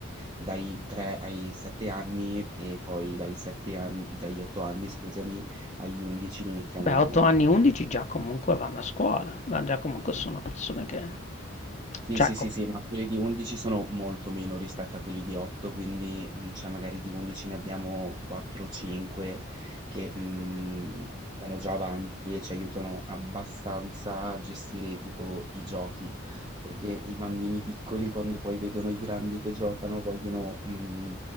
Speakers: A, on the right; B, on the left.
A: dai 3 ai 7 anni e poi dai 7 an- dagli 8 anni, scusami, agli 11 li mettiamo
B: Beh, a 8 anni, 11 già comunque vanno a scuola, ma già comunque sono persone che...
A: Sì,
B: Cioè,
A: sì, sì, sì, ma quelli di 11 sono molto meno rispetto a quelli di 8, quindi mm, cioè magari di 11 ne abbiamo 4-5 che mm, sono già avanti e ci aiutano abbastanza a gestire tipo i giochi, perché i bambini piccoli quando poi vedono i grandi che giocano vogliono mm,